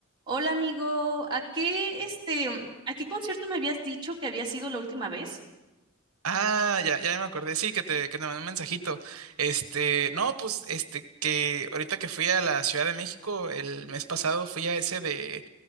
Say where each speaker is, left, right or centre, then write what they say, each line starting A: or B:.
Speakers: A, on the right; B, on the right.
A: Hola amigo, ¿a qué este, a qué concierto me habías dicho que había sido la última vez?
B: Ah, ya, ya me acordé, sí, que te, que te mandé un mensajito. Este, no, pues, este, que ahorita que fui a la Ciudad de México el mes pasado, fui a ese de,